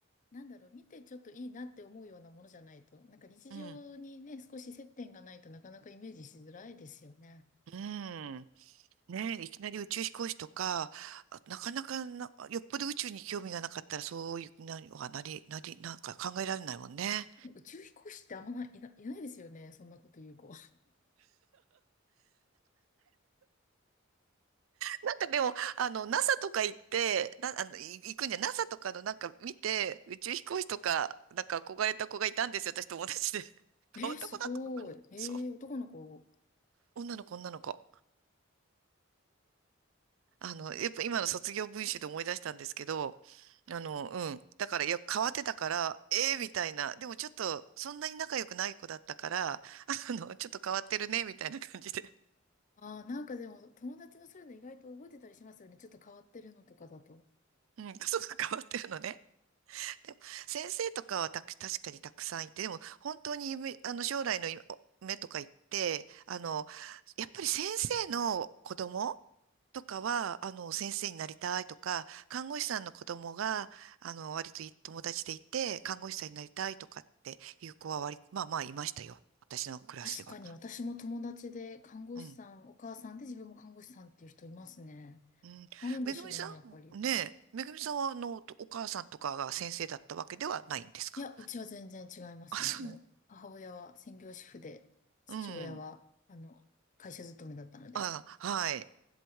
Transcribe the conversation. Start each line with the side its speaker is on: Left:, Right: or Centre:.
Left: なんだろう、見てちょっといいなって思うようなものじゃないと、なんか日常にね、
Right: うん、
Left: 少し接点がないとなかなかイメージしづらいですよね。
Right: うん。ねえ、いきなり宇宙飛行士とか、あなかなかな、よっぽど宇宙に興味がなかったら、そういう、な、はなり、なり、なんか考えられないもんね。
Left: 宇宙飛行士ってあんまない、いな、いないですよね。そんなこと言う子。
Right: なんかでも、あの、NASA とか行って、な、あの、い行くんじゃ、NASA とかのなんか見て、宇宙飛行士とか、なんか憧れた子がいたんですよ、私友達で。<laughs>
Left: <laughs> えー、
Right: 変わった子だったのかなそう。
Left: すごい。えー、男の子。
Right: 女の子、女の子。あの、やっぱ今の卒業文集で思い出したんですけど、あの、うん。だから、いや、変わってたから、ええみたいな。でもちょっと、そんなに仲良くない子だったから、あの、ちょっと変わってるね、みたいな感じで。
Left: ああ、なんかでも、友達のそういうの意外と覚えてたりしますよね。ちょっと変わってるのとかだと。
Right: うん、家族変わってるのね。でも、先生とかはたく、確かにたくさんいて、でも、本当に夢、あの、将来の夢とか言って、あの、やっぱり先生の子供とかは、あの、先生になりたいとか、看護師さんの子供が、あの、割といい友達でいて、看護師さんになりたいとかっていう子は割、まあまあいましたよ。私のクラスでは。
Left: 確かに、私も友達で看護師さん、
Right: うん。
Left: お母さんで自分も看護師さんっていう人いますね。
Right: うん。
Left: あるんでしょうね、
Right: めぐみさんねえ、
Left: やっぱり。
Right: めぐみさんは、あの、お母さんとかが先生だったわけではないんですか
Left: いや、うちは全然違いますね。
Right: あ、そう。
Left: もう、母親は専業主婦で、父親は、
Right: うん。
Left: あの、会社勤めだったので。
Right: あ、はい。